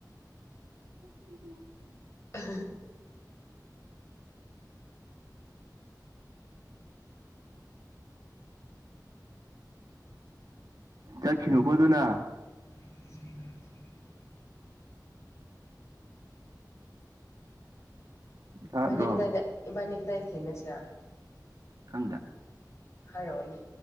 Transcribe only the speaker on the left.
ꯑ
<unintelligible>
ꯏꯕꯅꯤꯒꯗꯥꯏꯗ ꯏꯕꯥꯟꯅꯤ ꯀꯗꯥꯏꯗ ꯊꯦꯡꯅꯁꯤꯔ
ꯍꯥꯏꯔꯛꯑꯣꯅꯦ